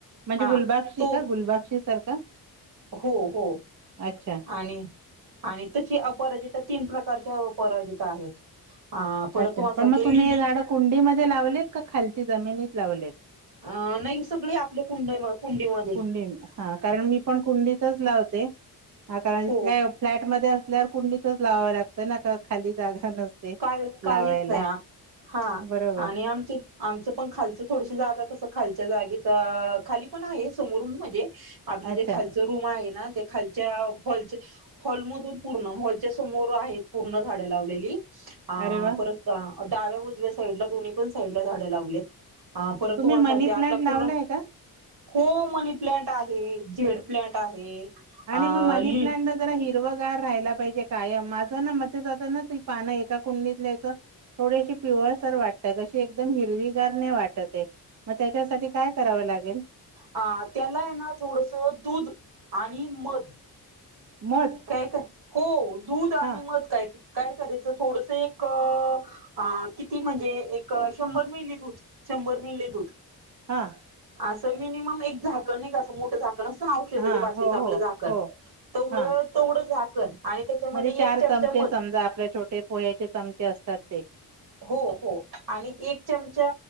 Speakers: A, on the right; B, on the right.
A: म्हणजे
B: हा
A: गुलबक्षी
B: तो
A: का? गुलबक्षी सारखा?
B: हो हो.
A: अच्छा
B: आणि आणि तशी अपराजिता तीन प्रकारच्या अपराजिता आहेत. आ परत
A: अच्छा
B: तुम्हाला
A: पण
B: सांगतो
A: मग तुम्ही
B: लिली
A: हे झाडं कुंडीमध्ये लावलेत, का खालती जमिनीत लावलेत?
B: अ नाही सगळे आपल्या कुंड-कुंडीमध्ये.
A: कुंडी. हा कारण मी पण कुंडीतच लावते. कारण
B: हो
A: काय फ्लॅट मध्ये असल्यावर कुंडीच लावावं लागत तर ना का, खाली जागा नसते
B: काय काहीच
A: लावायला.
B: नाही हा
A: बरोबर
B: आणि आमची आमचं पण खालचं थोडसं जागा कसं, खालच्या जागेच अ खाली पण आहे समोर म्हणजे आपले जे
A: अच्छा
B: खालचं रूम आहे ना ते खालच्या हॉलच्या, हॉलमधून पूर्ण हॉलच्या समोर आहेत पूर्ण झाडे लावलेली. अ
A: अरे वा
B: परत आ, डाव्या उजव्या साईडला, दोन्ही पण साईडला झाडं लावलीत. हा परत
A: तुम्ही
B: तुम्हाला सांगते
A: मनी
B: आपला
A: प्लांट
B: पूर्ण
A: लावलाय का?
B: हो मनी प्लांट आहे, जेड प्लांट आहे, अं
A: आणि मग मनी
B: लि
A: प्लांटला जरा हिरवगार राहिला पाहिजे कायम. माझं ना मत जातं ना त पानं एका कुंडीतल्यायचं थोडीशी पिवळसर वाटतात. अशी एकदम हिरवी गार नाय वाटत आहे. मग त्याच्यासाठी काय करावं लागेल?
B: अं, त्याला आहे ना थोडसं दूध आणि मध
A: मध
B: द्यायचं? हो दूध आणि
A: हा
B: मध द्यायचं. काय करायचं, थोडसं एक अं किती म्हणजे एक शंभर मिली दूध शंभर मिली दूध.
A: हा,
B: असं मिनिमम एक झाकण नाही का असं मोठं झाक नसतं ना औषध
A: हा
B: बाटलीचं
A: हो
B: आपलं
A: हो
B: झाकण,
A: हो
B: तेवढं
A: हा
B: तेवढं झाकण आणि त्याच्यामध्ये
A: म्हणजे चार
B: एक चमचा
A: चमचे
B: मध
A: समजा. आपल्या छोटे पोह्याचे चमचे असतात ते.
B: हो हो. आणि एक चमचा,